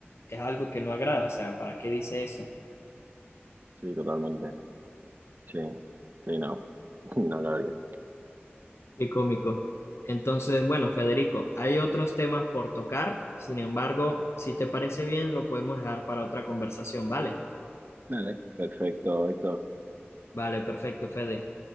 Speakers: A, on the left; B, on the right.
A: es algo que no agrada, o sea, ¿para qué dice eso?
B: sí, totalmente. Sí, sí, no. <laughs> No lo haría.
A: Qué cómico. Entonces, bueno, Federico, hay otros temas por tocar, sin embargo, si te parece bien, lo podemos dejar para otra conversación, ¿vale?
B: Dale, perfecto, esto.
A: Vale, perfecto, Fede.